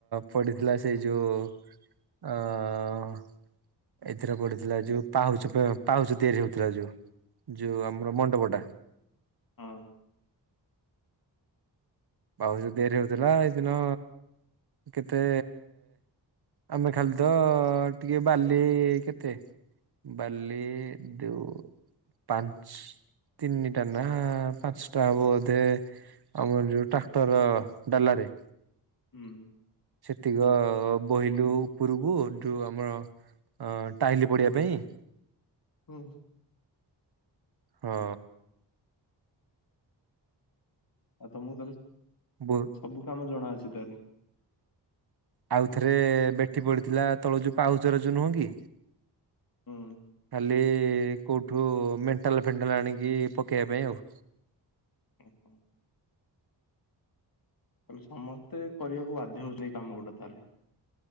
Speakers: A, on the right; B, on the left.
A: ପଡିଥିଲା ସେଇ ଯୋଉ ଅ ଏଥିରେ ପଡିଥିଲା ଯୋଉ ପାହୁଚ ପାହୁଚ ତିଆରି ହଉଥିଲା ଯୋଉ। ଯୋଉ ଆମର ମଣ୍ଡପଟା।
B: ହଁ।
A: ପାହୁଚ ତିଆରି ହଉଥିଲା ଏଇଦିନ କେତେ ଆମେ ଖାଲି ତ ଟିକେ ବାଲି କେତେ। ବାଲିଦଉ ପାଞ୍ଚ ତିନିଟା ନା ପାଞ୍ଚଟା ହବ ବୋଧେ ଆମର ଯଉ ଟ୍ରାକକ୍ଟର ଡାଲାରେ।
B: ହୁଁ
A: ସେତିକ ବୋହିଲୁ ଉପରକୁ ଯଉ ଆମର ଟାହିିଲ ପଡିବା ପାଇଁ।
B: ହୁଁ।
A: ହଁ।
B: ଆଉ ତମକୁ ତାହେଲେ
A: ବୋ
B: ସବୁ କାମ ଜଣାଅଛି ତାହେଲେ।
A: ଆଉ ଥରେ ବେଠି ପଡିଥିଲା ତଳୁ ଯୋଉ ପାହୁଚର ଯୋଉ ନୁହଁ କି?
B: ହୁଁ।
A: ଖାଲି କୋଉଠୁ ମେଣ୍ଟାଲ ଫେଣ୍ଟାଲ ଆଣିକି ପକେଇବା ପାଇଁ ଆଉ।
B: ଓ ହୋ। କହଲେ ସମସ୍ତେ କରିବାକୁ ବାଧ୍ୟ ହଉଛନ୍ତି ଏଇ କାମ ଗୁଡା ତାହେଲେ।